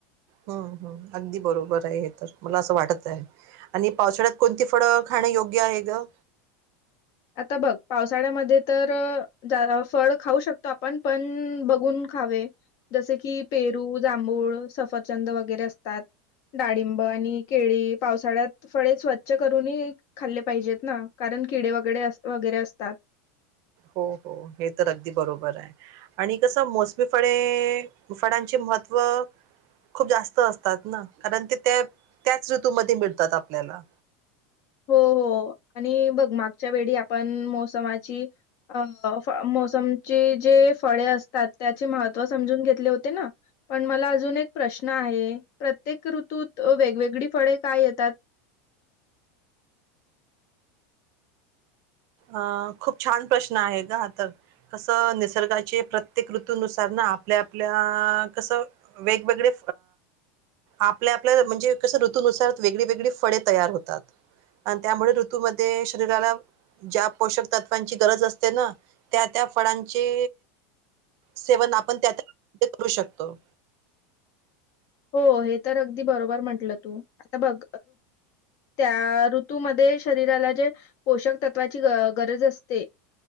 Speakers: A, on the right (about 45°); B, on the left (about 45°).
A: हम्म हम्म अगदी बरोबर आहे हे तर मला असं वाटत आहे. आणि पावसाळ्यात कोणती फळं खाणं योग्य आहे ग?
B: आता बघ पावसाळ्यामध्ये तर फळ खाऊ शकतो आपण पण बघून. खावे जसे की पेरू, जांभूळ, सफरचंद वगैरे असतात. डाळिंब आणि केळी पावसाळ्यात फळे स्वच्छ करूनही. खाल्ले पाहिजेत ना कारण किडे वगैरे, वगैरे असतात.
A: हो. हो. हे तर अगदी बरोबर आहे. आणि कसं मोसमी फळे फळांचे महत्त्व. खूप जास्त असतात ना कारण ते त्या त्याच ऋतूमध्ये मिळतात आपल्याला.
B: हो. हो आणि बगमागच्या वेळी आपण मोसमाची. अ मोसमची जे फळे असतात त्याचे महत्व समजून घेतले होते ना. पण मला अजून एक प्रश्न आहे प्रत्येक ऋतूत वेगवेगळी फळे का येतात?
A: अ खूप छान आहे हा तर. कसं निसर्गाचे प्रत्येक ऋतनुसार ना आपल्या आपल्या कसं. वेगवेगळे आपल्या आपल्या म्हणजे कसं ऋतनुसार. वेगळी वेगळी फळे तयार होतात आणि त्यामुळे ऋतूमध्ये शरीराला. ज्या पोषक तत्वांची गरज असते ना त्या त्या फळांचे. सेवन आपण त्या करू शकतो.
B: हो हे तर अगदी बरोबर म्हंटलं तू आता बघ. त्या ऋतूमध्ये शरीराला जे पोषक तत्वाची गरज असते.